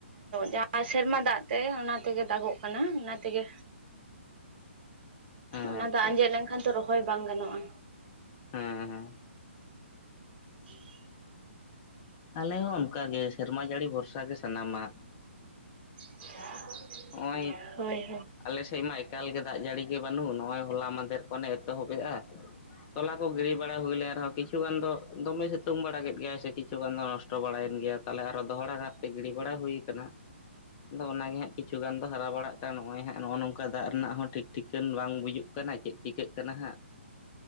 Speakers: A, on the right; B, on the left.
A: ᱡᱟᱦᱟᱸ ᱥᱮᱨᱢᱟ ᱫᱟᱜ ᱛᱮ ᱚᱱᱟ ᱛᱮᱜᱮ ᱫᱟᱜᱚᱜ ᱠᱟᱱᱟ ᱚᱱᱟ ᱛᱮᱜᱮ
B: ᱟᱪᱪᱷᱟ
A: ᱚᱱᱟ ᱫᱟᱜ ᱟᱸᱡᱮᱫ
B: ᱟᱪᱪᱷᱟ
A: ᱞᱮᱱᱠᱷᱟᱱ ᱛᱚ ᱨᱚᱦᱚᱭ ᱵᱟᱝ ᱜᱟᱱᱚᱜ-ᱟ᱾
B: ᱦᱮᱸ ᱦᱮᱸ
A: <inaudible>
B: ᱟᱞᱮ ᱦᱚᱸ ᱚᱱᱠᱟᱜᱮ ᱥᱮᱨᱢᱟ ᱡᱟᱹᱲᱤ ᱵᱷᱚᱨᱥᱟ ᱜᱮ ᱥᱟᱱᱟᱢ ᱟᱜ᱾
A: <inaudible>
B: ᱱᱚᱜ-ᱚᱭ
A: ᱦᱳᱭ ᱦᱳᱭ
B: ᱟᱞᱮ ᱥᱮᱫ ᱢᱟ ᱮᱠᱟᱞ ᱜᱮ ᱫᱟᱜ ᱡᱟᱹᱲᱤ ᱜᱮ ᱵᱟᱹᱱᱩᱜ ᱱᱚᱜ-ᱚᱭ ᱦᱚᱞᱟ ᱢᱟᱫᱮᱨ ᱠᱷᱚᱱᱮ ᱮᱛᱚᱦᱚᱵᱮᱜ-ᱟ᱾ ᱛᱚᱞᱟ ᱠᱚ ᱜᱤᱰᱤ ᱵᱟᱲᱟ ᱦᱩᱭ ᱞᱮᱱ ᱨᱮᱦᱚ ᱠᱤ ᱠᱤᱪᱷᱩ ᱜᱟᱱ ᱫᱚᱢᱮ ᱥᱤᱛᱩᱝ ᱵᱟᱲᱟ ᱠᱮᱫ ᱜᱮᱭᱟ ᱥᱮ ᱠᱤᱪᱷᱩ ᱜᱟᱱ ᱫᱚ ᱱᱚᱥᱴᱚ ᱵᱟᱲᱟᱭᱮᱱ ᱜᱮᱭᱟ ᱛᱟᱦᱚᱞᱮ ᱟᱨᱚ ᱫᱚᱦᱲᱟ ᱫᱷᱟᱣ ᱜᱤᱲᱤ ᱵᱟᱲᱟ ᱦᱩᱭ ᱠᱟᱱᱟ ᱟᱫᱚ ᱚᱱᱟᱜᱮ ᱦᱟᱸᱜ ᱠᱤᱪᱷᱩ ᱜᱟᱱ ᱫᱚ ᱦᱟᱨᱟ ᱵᱟᱲᱟᱜ ᱠᱟᱱᱟ ᱱᱚᱜ-ᱚᱭ ᱦᱟᱸᱜ ᱱᱚᱜ-ᱚ ᱱᱚᱝᱠᱟ ᱫᱟᱜ ᱨᱮᱱᱟᱜ ᱦᱚᱸ ᱴᱷᱤᱠ ᱴᱷᱤᱠᱟᱹᱱ ᱵᱟᱝ ᱵᱩᱡᱩᱜ ᱠᱟᱱᱟ ᱪᱮᱫ ᱪᱤᱠᱟᱹᱜ ᱠᱟᱱᱟ ᱦᱟᱸᱜ᱾